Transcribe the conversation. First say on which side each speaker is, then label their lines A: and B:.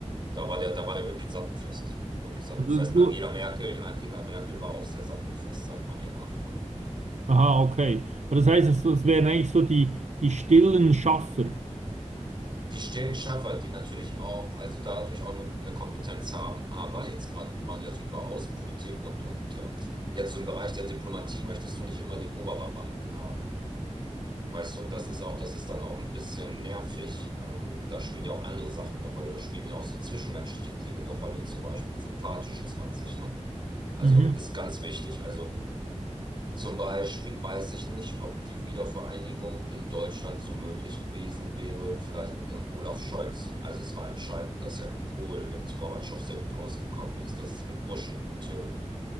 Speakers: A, on the right; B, on the right.
A: Da war der, da war der wirklich sattelfest. Wirklich sattelfest.
B: Also du,
A: Angela Merkel, Angela Merkel war auch sehr sattelfest, sagt man ihr nach. Ne?
B: aha, okay. Aber das heißt, es-
A: Mhm.
B: das wären eigentlich so die, die stillen Schaffer.
A: Die stillen Schaffer, die natürlich auch, also dadurch auch eine, eine Kompetenz haben, aber jetzt gerade, wir waren ja so über Außenpolitik und, und äh, jetzt im Bereich der Diplomatie möchtest du nicht immer den Oberbeamten haben. Weißt du, das ist auch, das ist dann auch ein bisschen nervig. Ähm, da spielen ja auch andere Sachen eine Rolle. Da spielen ja auch so zwischenmenschliche Dinge eine Rolle. Zum Beispiel, wie sympathisch ist man sich, ne? Also
B: Mhm.
A: ist ganz wichtig. Also zum Beispiel weiß ich nicht, ob die Wiedervereinigung in Deutschland so möglich gewesen wäre, vielleicht mit dem Olaf Scholz. Also es war entscheidend, dass er mit Kohl, mit Gorbatschow sehr gut ausgekommen ist, dass es mit Bush eine gute,